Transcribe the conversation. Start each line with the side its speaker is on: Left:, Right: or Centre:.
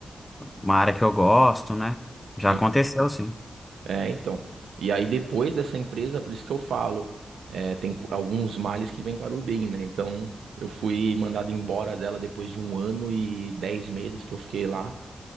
Left: uma área que eu gosto, né? Já
Right: sim.
Left: aconteceu, sim.
Right: É, então. E aí depois dessa empresa, por isso que eu falo, é, tem co- alguns males que vêm para o bem, né? Então, eu fui mandado embora dela depois de um ano e dez meses que eu fiquei lá.